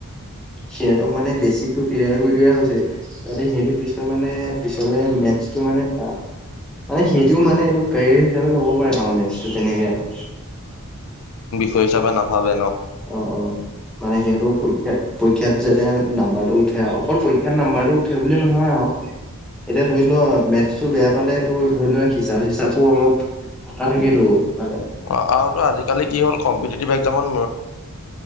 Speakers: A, in the centre; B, on the left.
A: সিহঁতক মানে বেচিকটো ক্লিয়াৰ কৰি দিয়া হৈছে। ত সিহতে পিছৰ মানে পিছলে মেছটো মানে তাত মানে সেইটিও মানে এইটো কেৰিয়াৰ হিচাপে ল'বও পাৰে না মেটছটো তেনেকে আও।
B: তু হিচাপে নভাবে ন।
A: অ অ মানে সিহঁতো পৰীক্ষা পৰীক্ষাত যে। যে নাম্বাৰটো উঠে অকল পৰীক্ষাৰ নাম্বাৰটো উঠে বুলি নহয় আও। এতিয়া ধৰি লোৱা মেথছটো বেয়া পালে তো ধৰি লোৱা হিচাপ চিচাপো অলপ কথা থাকেতো মানে।
B: অ আৰু তু আজিকালি কি হ'ল কম্পিটিভ একজামত।